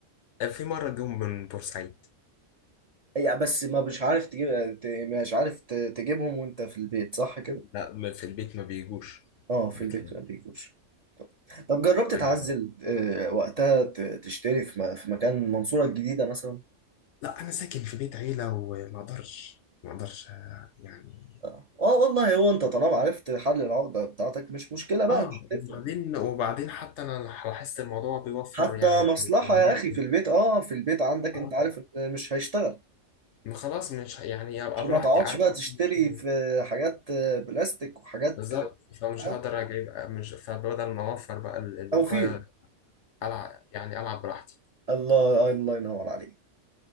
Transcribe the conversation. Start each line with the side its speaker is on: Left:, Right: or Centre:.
Left: في مرة جم من بورسعيد
Right: هي بس ما مش عارف تجيب ت- مش عارف ت- تجيبهم وانت في البيت صح كده
Left: لا ما- في البيت ما بيجوش
Right: اه في
Left: بيت
Right: البيت
Left: لا
Right: ما بيجوش طب جربت
Left: آه،
Right: تعزل آه، وقتها ت- تشتري في م- في مكان المنصورة الجديدة مثلا
Left: لا انا ساكن في بيت عيله وما اقدرش ما اقدرش آه، يعني
Right: اه آه والله هو انت طالما عرفت حل العقدة بتاعتك مش مشكلة بقى
Left: اه
Right: مش
Left: وبعدين
Right: هتفرق
Left: وبعدين حتى انا لاحظت الموضوع بيوفر
Right: حتى
Left: يعني
Right: مصلحة
Left: في العمليات
Right: يا اخي في البيت اه في البيت عندك
Left: اه
Right: انت عارف إن مش هيشتغل
Left: ما خلاص مش ه- يعني ابقى
Right: مش
Left: براحتي
Right: ما تقعدش
Left: عارف
Right: بقى تشتري
Left: إن أنا مش هاي-
Right: في حاجات آه، بلاستيك وحاجات
Left: بالظبط فمش
Right: آه،
Left: هقدر اجيب مش فبدل ما اوفر بقى ال- الوقايه
Right: توفير
Left: العب يعني العب براحتي
Right: الله الله ينور عليك